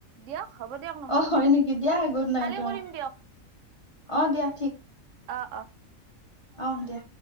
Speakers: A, on the right; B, on the left.
A: দিয়ক হ'ব দিয়ক নহ'লে।
B: অ হয় নেকি দিয়া গুড নাইট
A: কালি
B: অ
A: কৰিম দিয়ক।
B: অ, দিয়া।
A: অ', - অ',
B: অহ, দিয়া।